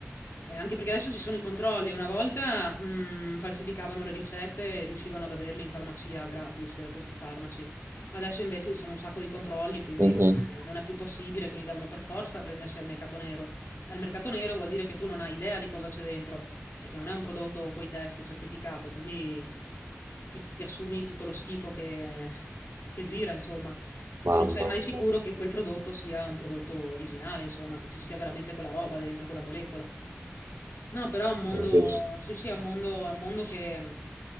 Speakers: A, on the left; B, on the right.
A: Eh, anche perché adesso ci sono i controlli. Una volta mh, falsificavano le ricette e riuscivano ad averli in farmacia gratis, eh, questi farmaci. Adesso invece ci sono un sacco di controlli, quindi
B: Mhm.
A: non, eh, non è più possibile, quindi devono per forza prendersi al mercato nero. E al mercato nero vuol dire che tu non hai idea di cosa c'è dentro, perché non è un prodotto coi test certificato, quindi ti, ti assumi tutto lo schifo che, che gira, insomma,
B: Mamma
A: e non sei mai sicuro
B: mia.
A: che quel prodotto sia un prodotto originale, insomma, che ci sia veramente quella roba dentro quella molecola. No, però è un mondo,
B: Invece-
A: sì, sì, è un mondo, è un mondo che,